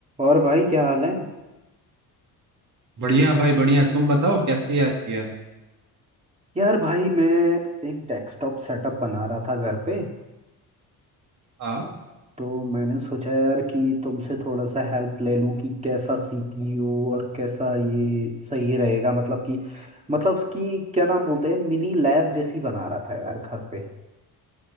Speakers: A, on the right; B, on the right.
A: और भाई क्या हाल है
B: बढ़िया भाई बढ़िया तुम बताओ कैसे याद किया
A: यार भाई मैं एक डेस्कटॉप सेटअप बना रहा था घर पे
B: हाँ
A: तो मैंने सोचा यार कि तुमसे थोड़ा सा हेल्प ले लूं कि कैसा सीपीयू और कैसा ये सही रहेगा मतलब कि मतलब कि क्या नाम बोलते हैं मिनी लैब जैसी बना रहा था यार घर पे